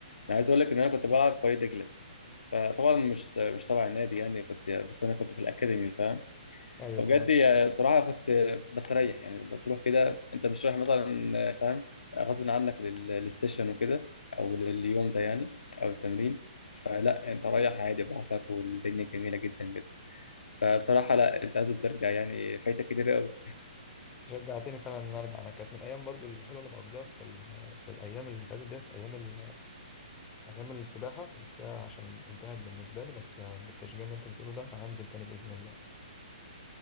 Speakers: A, on the left; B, on the left.
A: انا عايز اقول لك ان انا كنت بلعب في وادي دجله فطبعا مش مش تبع النادي يعني كنت بس انا كنت في الاكاديمي فاهم
B: ايوه
A: فبجد
B: تمام
A: يا- بصراحة كنت بستريح يعني بتروح كده أنت مش رايح مثلا فاهم غصب عنك لل- للسيشن وكده أو لليوم ده يعني أو التمرين فلا أنت رايح عادي براحتك والدنيا جميلة جدا جدا فبصراحة لا أنت لازم ترجع يعني فايتك كتير قوي
B: شجعتني فعلا ان انا ارجع انا كانت من ايام برضو الحلوه اللي بقضيها في ال... في الايام اللي فاتت ديت ايام ال... ايام السباحه بس هي عشان انتهت بالنسبه لي بس بالتشجيع اللي انت بتقوله ده هنزل تاني باذن الله